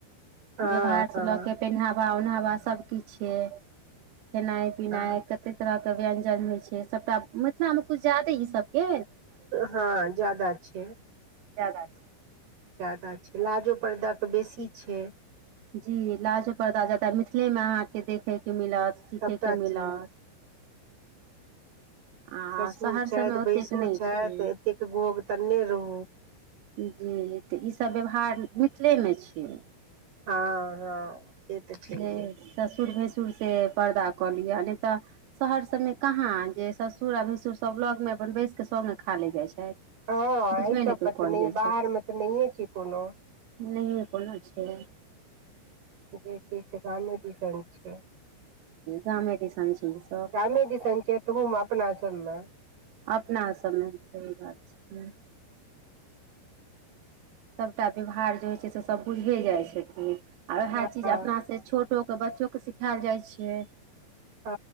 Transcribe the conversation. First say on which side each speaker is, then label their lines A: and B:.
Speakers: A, on the right (about 50°); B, on the right (about 80°).
A: हँ
B: व्यवहार
A: हँ
B: से लऽ के पेनहावा उनहावा सब किछे खेनाइ पिनाइ
A: हँ
B: क ते तरह के व्यञ्जन होइ छै सभटा मिथिला मे कुछ जादे ई सभके
A: हँ जादा छै
B: जादा छै
A: जादा छै लाजो परदा तऽ बेसी छै
B: जी लाजो पर्दा जादा मिथिले मे अहाँके देखय के मिलत
A: सभटा
B: सीखय के मिलत
A: चीज
B: आ
A: ससुर
B: शहर
A: छथि
B: सबमे ओतेक
A: भैंसुर
B: नहि
A: छथि
B: छै
A: एतेक घोग तनने रहू
B: जी तऽ ई सभ व्यवहार मिथिले मे छै
A: हँ हँ से तऽ छैहे
B: जे ससुर भैंसुर से पर्दा कऽ लिअ नय तऽ शहर सभ मे काहाँ जे ससुर आ भैंसुर सभ लग मे अपन बैस के सभ ने खा लय जाय छथि
A: हँ ऐह
B: बुझबे
A: सभ
B: नहि कोइ
A: पर
B: कर
A: त नय
B: जाइ
A: बाहर मे तऽ नहिए छै कोनो
B: नहिये कोनो छै
A: जे छै से गामे दीसन छै
B: गामे दिसन छै ई सभ
A: गामे दिसन के तहूमे अपना सभ मे
B: अपना सभ मे सही बात छै सभटा व्यवहार जे होइ छै से सभ बुझिये जाइ छथिन आ वएह
A: हँ
B: चीज
A: हँ
B: अपना से छोटो के बच्चो के सिखायल जाइ छियै
A: हँ